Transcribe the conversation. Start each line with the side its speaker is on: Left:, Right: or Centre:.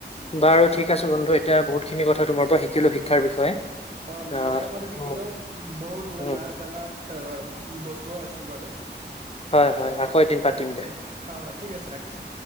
Left: বাৰু ঠিক আছে বন্ধু, এতিয়া বহুখিনি কথা তোমাৰ পৰা শিকিলো, শিক্ষাৰ বিষয়ে।
Right: অ'
Left: আহ
Right: ময়ো বাৰু শিকিনো
Left: উম,
Right: বহুত
Left: উম,
Right: না-নাজানা তাৰপৰা বস্তুৱো অ আছিল বাৰু
Left: হয় হয় আকৌ এদিন পাতিম দে
Right: হয়, হয়। ঠিক আছে ৰাখিছো।